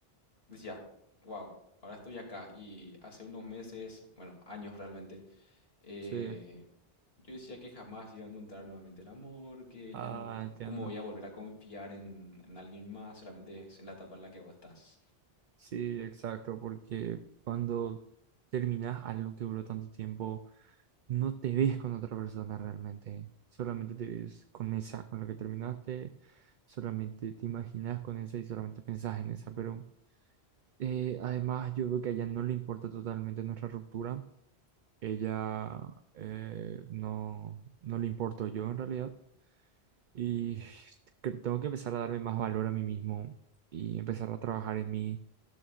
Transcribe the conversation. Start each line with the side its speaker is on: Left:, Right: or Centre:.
Left: decía, wow, ahora estoy acá. Y hace unos meses, bueno, años realmente, eh,
Right: sí.
Left: yo decía que jamás iba a encontrar nuevamente el amor, que
Right: Ah,
Left: ya no,
Right: entiendo.
Left: pu- cómo voy a volver a confiar en, en alguien más, solamente es en la etapa en la que vos estás.
Right: Sí, exacto, porque cuando terminas algo que duró tanto tiempo no te ves con otra persona realmente, solamente te ves con esa, con la que terminaste, solamente te imaginas con esa y solamente pensás en esa, pero eh, además yo veo que a ella no le importa totalmente nuestra ruptura, ella eh, no, no le importo yo en realidad y tengo que empezar a darme más valor a mí mismo y empezar a trabajar en mí.